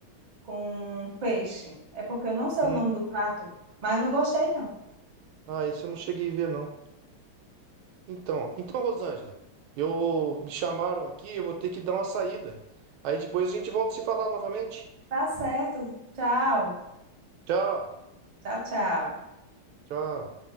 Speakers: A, on the right; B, on the right.
A: com peixe. É porque eu não sei
B: Hum,
A: o nome do prato, mas eu não gostei, não.
B: Ah, esse eu não cheguei a ver, não. Então, então, Rosângela, eu me chamaram aqui, eu vou ter que dar uma saída. Aí depois a gente volta a se falar novamente.
A: Tá certo. Tchau.
B: Tchau,
A: Tchau, tchau.
B: tchau.